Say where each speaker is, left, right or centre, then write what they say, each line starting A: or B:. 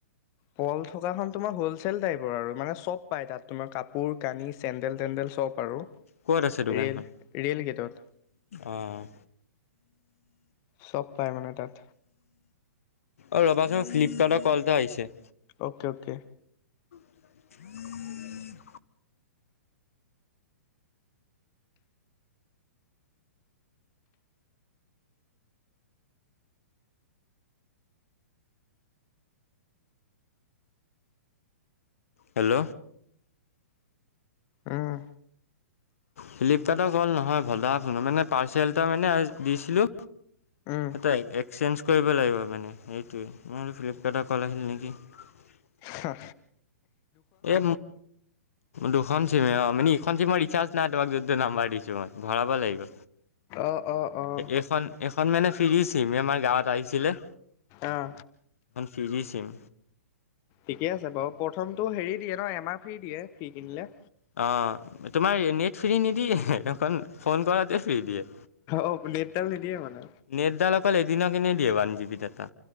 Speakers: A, on the left; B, on the left.
A: পল থকা খন তোমাৰ হ'ল। চেল টাইপৰ আৰু মানে চব পায় তাত তোমাৰ কাপোৰ কানি চেণ্ডেল তেণ্ডেল চব আৰু।
B: ক'ত আছে দোকানখন
A: ৰেল ৰেল গেটত।
B: অঁ।
A: চব পাই মানে তাত।
B: অ ৰ'বাচোন ফ্লিপকাৰ্টৰ কল এটা আহিছে।
A: Okay okay.
B: উম। <inaudible> হেল্ল'।
A: উম,
B: ফ্লিপকাৰ্টৰ ক'ল নহয় ভদা মানে পাৰ্চেল এটা মানে দিছিলোঁ।
A: উম।
B: এ এক্সচেঞ্জ কৰিব লাগিব মানে সেইটোৱে মই ফ্লিপকাৰ্টৰ কল আহিল নেকি। হয়। <inaudible>
A: হা।
B: এ দুখন চিমে অ সিখন চিমৰ ৰিচাৰ্জ নাই তোমাৰ যিটো নাম্বাৰ দিছো মই ভৰাব লাগিব।
A: অ', অ', অ',
B: এইখন এইখন মানে ফ্ৰিচিম আমাৰ গাঁৱত আহিছিলে।
A: আহ।
B: ফিৰি চিম।
A: ঠিকে আছে বাৰু প্ৰথমটো হেৰি দিয়ে ন এমাহ ফ্ৰী দিয়ে ফ্ৰী কিনিলে।
B: অ তোমাৰ নেট ফ্ৰী নিদিয়ে সেদখন ফোন কৰাতে ফ্ৰী দিয়ে।
A: অ নেট তাল নিদিয়ে মানে।
B: নেটডাল অকল এদিনাখিনি দিয়ে ওৱান জিবি ডাটা।